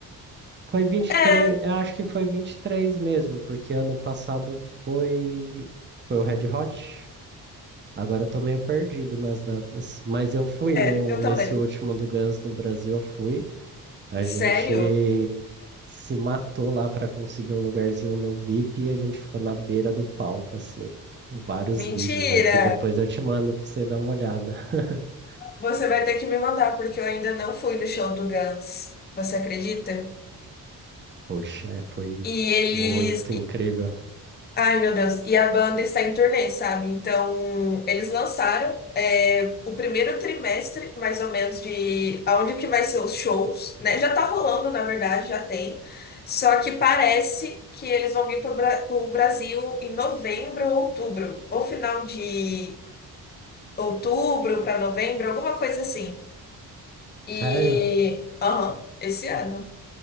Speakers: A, on the right; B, on the left.
A: Foi vinte
B: É,
A: e três, eu acho que foi 23 mesmo, porque ano passado foi, foi o Red Hot. Agora eu tô meio perdido nas datas, mas eu fui
B: é,
A: no,
B: eu
A: nesse
B: também.
A: último do Guns no Brasil, eu fui. A
B: Sério?
A: gente se matou lá pra conseguir um lugarzinho no VIP e a gente ficou na beira do palco, assim. Vários
B: Mentira!
A: vídeos aqui, depois eu te mando pra você dar uma olhada. <laughs>
B: Você vai ter que me mandar, porque eu ainda não fui no show do Guns. Você acredita?
A: Poxa, é, foi
B: E eles.
A: muito incrível.
B: Ai, meu Deus. E a banda está em turnê, sabe? Então, eles lançaram é, o primeiro trimestre, mais ou menos, de aonde que vai ser os shows, né? Já tá rolando, na verdade, já tem. Só que parece que eles vão vir pro, Bra- Brasil em novembro ou outubro. Ou final de outubro para novembro, alguma coisa assim.
A: Sério?
B: E. Aham, esse ano.